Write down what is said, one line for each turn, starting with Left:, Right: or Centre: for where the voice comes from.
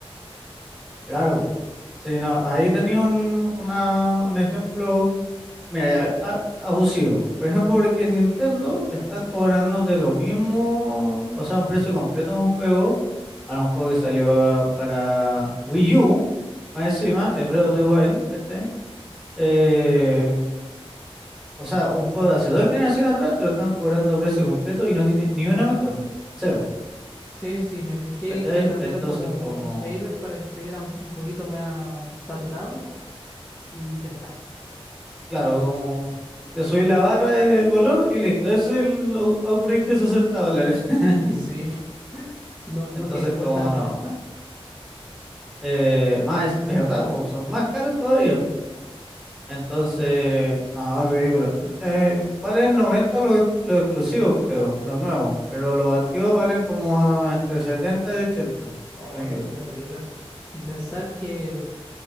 Centre: Claro, po. Sí, no, ahí tenía un, una, un ejemplo, mira, ya, a- abusivo. Por ejemplo, porque en Nintendo están cobrándote lo mismo, o sea, un precio completo de un juego para un juego que salió pa- para, Wii U, más encima, el Breath of the Wild, ¿cachai? Eh, o sea, un juego de hace dos generaciones atrás te lo están cobrando a precio completo y no tiene ni una mejora, cero,
Left: Sí, sí, me fijé
Centre: ¿cachai?
Left: que cambiaron
Centre: Entonces,
Left: como
Centre: como,
Left: un shader para que se viera un un poquito más saturado y ya está.
Centre: claro, como <laughs> le subí la barra de color y listo, es el u- upgrade de 60 dólares. <laughs>
Left: <laughs> Sí, no, no
Centre: Entonces,
Left: que cuesta
Centre: como
Left: noventa.
Centre: no, eh, más, ¿verdad? po? son más caros todavía. Entonces, no, es ridículo. Eh, valen 90 los, los exclusivos, creo, los nuevos, pero los antiguos valen como entre 70 y 80 si
Left: Oh,
Centre: no me equivoco.
Left: qué terrible. Y pensar que